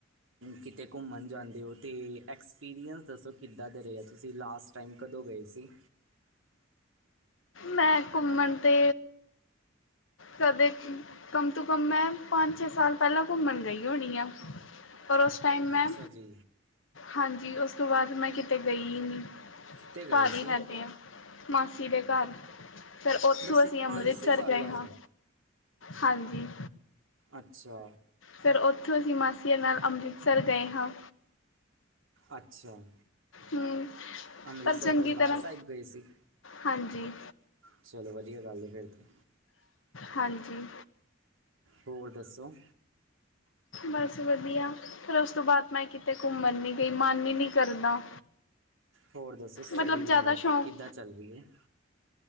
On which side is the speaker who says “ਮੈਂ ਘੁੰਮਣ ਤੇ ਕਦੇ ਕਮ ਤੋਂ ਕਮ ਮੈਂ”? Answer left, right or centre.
Left